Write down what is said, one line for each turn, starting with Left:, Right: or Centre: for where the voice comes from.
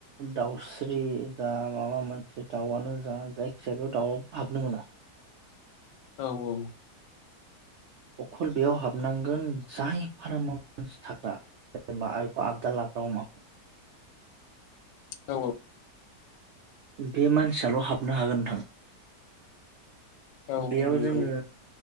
Right: दाउस ख्रि जा माबा मोनसे दाउआनो जा जायखि जाया बेयाव दाउआव हाबनो मोना
Left: औ औ
Right: अखल बेयाव हाबनांगोन जाय फार्माव मानसि थाग्रा जेनेबाखौ आबदा ला दाउ अमा
Left: औ
Right: बे मानसियाल' हाबनो हागोन नोंथां
Left: औ
Right: बेयाव
Left: औ नंगौ
Right: जोङो